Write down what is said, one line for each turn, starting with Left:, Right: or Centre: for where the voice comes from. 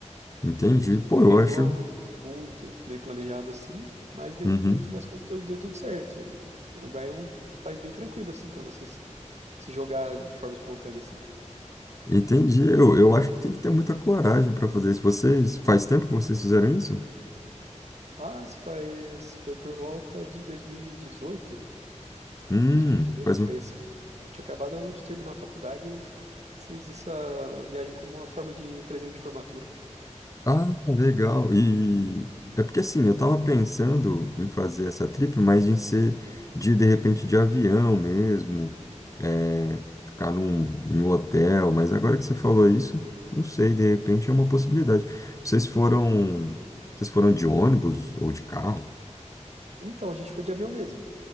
Left: entendi.
Right: A gente
Left: Pô,
Right: não planejou
Left: eu acho.
Right: algo muito bem planejado assim, mas deu-
Left: Uhum.
Right: no fim das contas deu, deu tudo certo. O Uruguai é um, um país bem tranquilo assim para você se se jogar de forma espontânea assim.
Left: Entendi. Eu, eu acho que tem que ter muita coragem para fazer isso. Vocês. Faz tempo que vocês fizeram isso?
Right: Faz, faz, foi por volta de 2018,
Left: Hum,
Right: 2018
Left: faz
Right: por
Left: um
Right: aí assim. Tinha acabado de terminar a faculdade e eu f- fiz essa viagem como uma forma de presente de formatura.
Left: Ah, legal. E é porque assim, eu tava pensando em fazer essa trip, mas em ser de de repente de avião mesmo, é, ficar num, num hotel, mas agora que você falou isso, não sei, de repente é uma possibilidade. Vocês foram, vocês foram de ônibus ou de carro?
Right: Então a gente foi de avião mesmo.